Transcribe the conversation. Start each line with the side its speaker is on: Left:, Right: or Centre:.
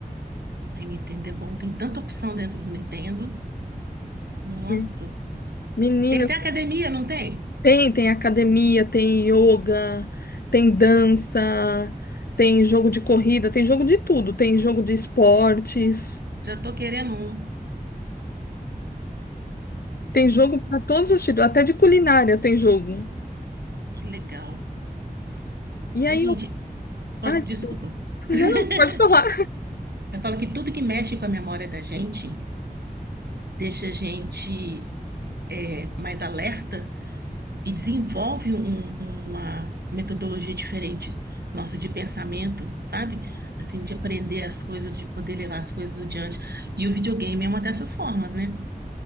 Right: Ai, Nintendo é bom, tem tanta opção dentro do Nintendo. Nossa.
Left: <laughs> Menina,
Right: Tem até
Left: eu sou-
Right: academia, não tem?
Left: tem, tem academia, tem yoga, tem dança, tem jogo de corrida, tem jogo de tudo, tem jogo de esportes,
Right: Já tô querendo um.
Left: tem jogo pra todos os tipos, até de culinária tem jogo.
Right: Que legal.
Left: E
Right: Ai,
Left: aí
Right: gente,
Left: eu.
Right: pode,
Left: ah, desculpa.
Right: desculpa.
Left: Não,
Right: <laughs>
Left: pode falar.
Right: Eu falo que tudo que mexe com a memória da gente deixa a gente é, mais alerta e desenvolve um- um, uma metodologia diferente nossa de pensamento, sabe? Assim, de aprender as coisas, de poder levar as coisas adiante. E o videogame é uma dessas formas, né?